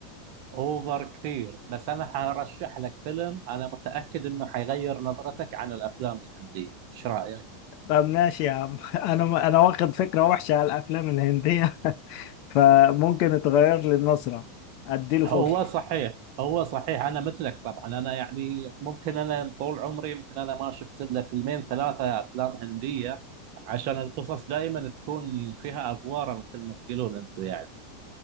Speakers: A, on the right; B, on the left.
A: أوفر كثير بس أنا حرشح لك فيلم أنا متأكد إنه حيغير نظرتك عن الأفلام الهندية، إيش رأيك؟
B: طب ماشي يا عم <laughs> انا انا واخد فكرة وحشة على الافلام الهندية <laughs> فممكن اتغير لي النظرة اديله
A: هو
B: فرصة
A: صحيح هو صحيح أنا مثلك طبعا أنا يعني ممكن أنا طول عمري يمكن أنا ما شفت إلا فيلمين ثلاثة أفلام هندية عشان القصص دائما تكون فيها أفوارة مثل ما تقولون أنتم يعني